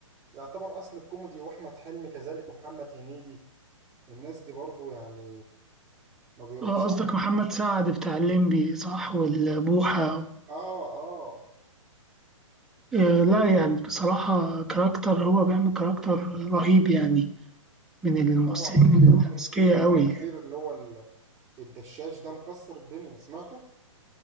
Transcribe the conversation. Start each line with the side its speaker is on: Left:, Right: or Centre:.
Right: يعتبر اصل الكوميدي واحمد حلمي كذلك ومحمد هنيدي الناس دي برضو يعني ما بيروحش
Centre: آه، قصدك
Right: عليهم
Centre: محمد سعد بتاع الليمبي صح والبوحة و...
Right: اه اه
Centre: آه، لا يعني بصراحة كاركتر هو بيعمل كاركتر رهيب يعني من
Right: اكيد
Centre: الممثلين
Right: طبعا عامل
Centre: الأذكياء
Right: الفيلم الاخير
Centre: أوي
Right: اللي هو ال- الدشاش ده مكسر الدنيا سمعته